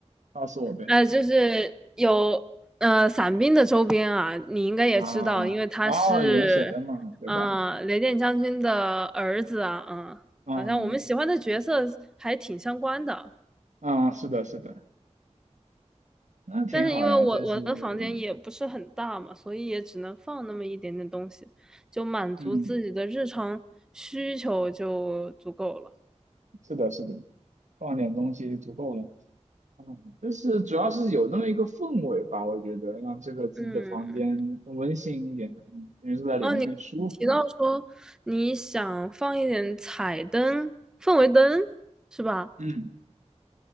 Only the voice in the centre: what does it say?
呃，就是有呃伞兵的周边啊，你应该也知道，
因为他是
呃雷电将军的儿子啊，嗯，
好像我们喜欢的角色还挺相关的。
但是因为我我的房间也不是很大嘛，
所以也只能放那么一点点东西，就满足自己的日常需求就足够了。
嗯，
哦，你提到说你想放一点彩灯、氛围灯，是吧？